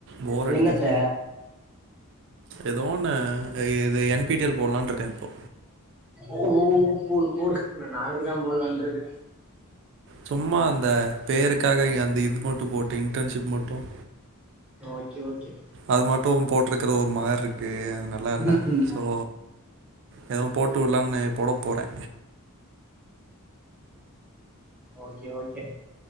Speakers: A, on the right; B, in the centre.
A: போர் அடிக்குது
B: என்னத்த
A: ஏதோன்னு இது என் பிடி எல் போடலானு இருக்கே இப்போ
B: ஓ போடு போடு நான் நாளைக்குதான் போட்லான்னு இருக்கே
A: சும்மா அந்த பேருக்காக அந்த இது மட்டும் போட்டு இன்டர்ன்ஷிப் மட்டும்
B: ஓகே ஓகே
A: அது மட்டும் போட்ட இருக்கிற ஒரு மா இருக்கு அனா நல்லா இல்ல
B: ம் ம்
A: சோ இத போட்டு ட்டுலான்னு போட போறே
B: ஓகே ஓகே